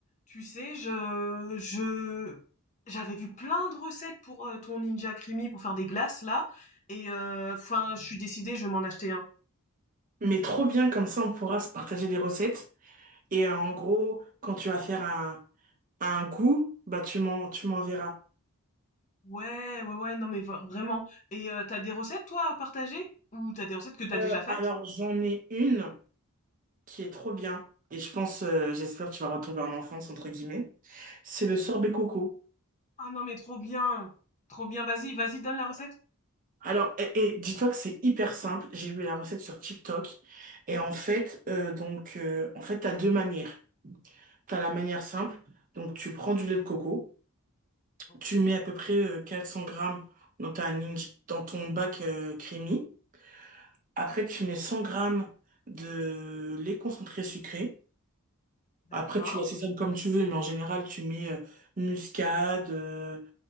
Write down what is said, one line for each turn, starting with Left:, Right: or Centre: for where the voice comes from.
Left: Tu sais, je, je, j'avais vu plein de recettes pour euh, ton Ninja Creamy pour faire des glaces là, et euh, enfin, je suis décidée, je vais m'en acheter un.
Right: Mais trop bien, comme ça on pourra se partager des recettes. Et euh, en gros, quand tu vas faire un, un goût, bah tu m'en, tu m'enverras.
Left: Ouais, ouais, ouais, non mais va- vraiment. Et euh, t'as des recettes toi à partager? Ou t'as des recettes que t'as
Right: Euh,
Left: déjà faites?
Right: alors j'en ai une qui est trop bien. Et je pense, euh, j'espère que tu vas retomber en enfance, entre guillemets. C'est le sorbet coco.
Left: Ah non mais trop bien, trop bien. Vas-y, vas-y, donne la recette.
Right: Alors, et, et dis-toi que c'est hyper simple. J'ai vu la recette sur TikTok. Et en fait, euh, donc, euh, en fait, t'as deux manières. T'as la manière simple. Donc, tu prends du lait de coco.
Left: Ok,
Right: Tu mets à peu près euh, 400 grammes dans ta ninj- dans ton bac euh, creamy. Après, tu mets 100 grammes de lait concentré sucré.
Left: d'accord.
Right: Après, tu assaisonnes comme tu veux, mais en général, tu mets euh, muscade, euh,